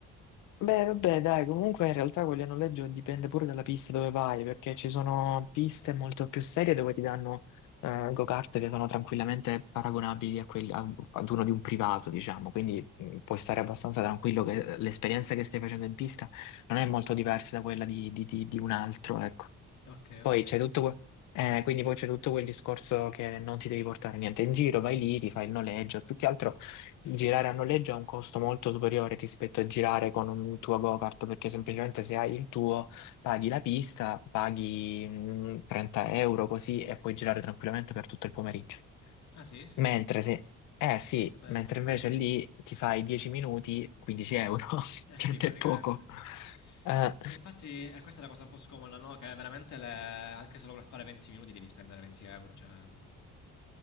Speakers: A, on the left; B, on the left.
A: Beh, vabbè, dai, comunque in realtà quelli a noleggio dipende pure dalla pista dove vai, perché ci sono piste molto più serie dove ti danno eh, go-kart che sono tranquillamente paragonabili a quelli- ad ad uno di un privato, diciamo, quindi mh, puoi stare abbastanza tranquillo che eh, l'esperienza che stai facendo in pista non è molto diversa da quella di, di- di- di un altro, ecco.
B: Ok,
A: Poi
B: ok.
A: c'è tutto, que- eh, quindi poi c'è tutto quel discorso che non ti devi portare niente in giro, vai lì, ti fai il noleggio. Più che altro girare a noleggio ha un costo molto superiore rispetto a girare con un tuo go-kart, perché semplicemente se hai il tuo paghi la pista, paghi mh, 30 euro così e puoi girare tranquillamente per tutto il pomeriggio.
B: Ah sì?
A: Mentre se, eh sì,
B: Non sapevo.
A: mentre invece lì ti fai 10 minuti, 15 euro, <laughs>
B: Eh
A: che
B: sì,
A: non
B: praticamente.
A: è poco. Eh,
B: Sì, infatti, eh, questa è la cosa un po' scomoda, no? Che veramente le- anche solo per fare 20 minuti devi spendere 20 euro, cioè... mh.